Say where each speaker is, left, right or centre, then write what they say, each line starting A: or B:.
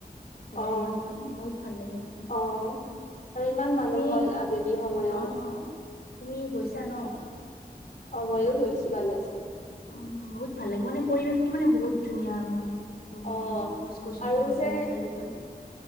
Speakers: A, on the left; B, on the left.
A: গধূলি
B: অ
A: সমত বহুত ভাল লাগে মানে।
B: অ আৰু ইমান মানুহ
A: তুমি
B: হয় আবেলি সময়ত
A: আহ তুমি গৈছা ন?
B: অ ময়ো গৈছো বালাজি।
A: উম বহুত ভাল লাগে মানে পৰিৱেশটো মানে বহুত ধুনীয়া আৰু মানে তম
B: অ
A: মানে গছ গছনি
B: আৰু
A: আছে
B: যে
A: চাৰিওফালে